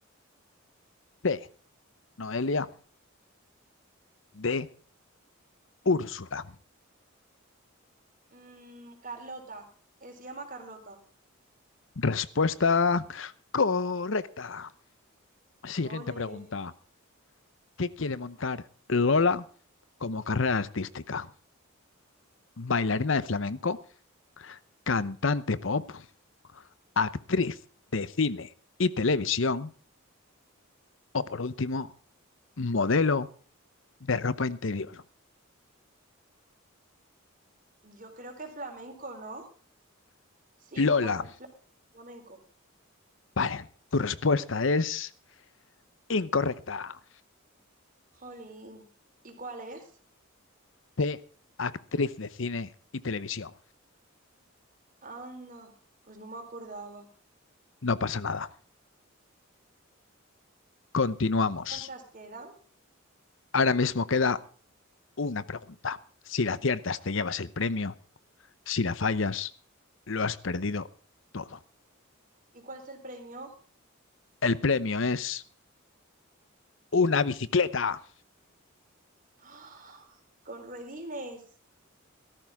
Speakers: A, on the left; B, on the right.
A: C, Noelia. D, Úrsula.
B: Mm, Carlota, eh, se llama Carlota.
A: Respuesta correcta. Siguiente
B: Ole,
A: pregunta. ¿Qué quiere montar Lola como carrera artística? bailarina de flamenco, cantante pop, actriz de cine y televisión o por último, modelo de ropa interior.
B: yo creo que flamenco, ¿no? Sí,
A: Lola,
B: flan- flan- flamenco.
A: vale, tu respuesta es incorrecta.
B: Jolín, ¿y cuál es?
A: C, actriz de cine y televisión.
B: Anda, pues no me acordaba.
A: No pasa nada. Continuamos.
B: ¿Cuántas quedan?
A: Ahora mismo queda una pregunta. Si la aciertas te llevas el premio, si la fallas, lo has perdido todo.
B: ¿Y cuál es el premio?
A: El premio es una bicicleta.
B: <gasps> ¡Ah! Con ruedines.